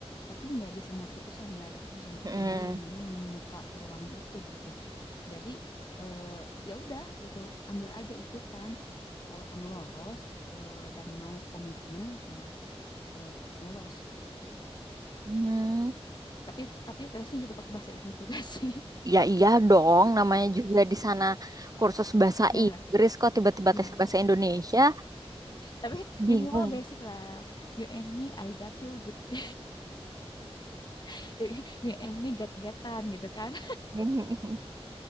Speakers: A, on the left; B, on the right.
A: Tapi nggak di semua kursusan ya, ada kursusan tertentu
B: Mm-mm.
A: yang memang membuka peluang itu gitu. Jadi eh, ya udah gitu, ambil aja ikutan. Kalau kamu lolos eh, dan mau komitmen, nah eh, lolos gitu.
B: hmm,
A: Tapi tapi tesnya juga pakai bahasa Inggris juga sih. <laughs>
B: ya iya dong. Namanya juga di sana kursus bahasa
A: Ya,
B: Inggris kok tiba-tiba
A: ya.
B: tes bahasa Indonesia,
A: Tapi
B: bingung.
A: minimal basic lah. You and me, I got you, good. <laughs> <laughs> you and me get-getan gitu kan
B: <laughs>